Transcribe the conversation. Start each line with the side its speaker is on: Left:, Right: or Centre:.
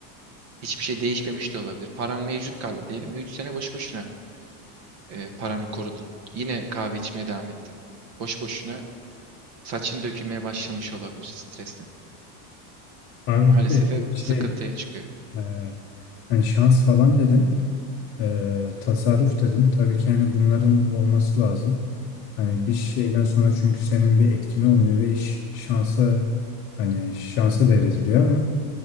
Right: Hiçbir şey değişmemiş de olabilir. Paran mevcut kaldı diyelim. E, 3 sene boş boşuna e, paranı korudun. Yine kahve içmeye devam ettin. Boş boşuna saçın dökülmeye başlamış olabilir stresten.
Left: Abi
Right: Maalesef
Left: bir de
Right: hep
Left: şey
Right: sıkıntıya çıkıyor.
Left: e, hani şans falan dedin. e, tasarruf dedin. Tabii ki yani bunların olması lazım. Hani bir şeyden sonra çünkü senin bir etkin olmuyor ve iş şansa hani şansa devrediliyor ama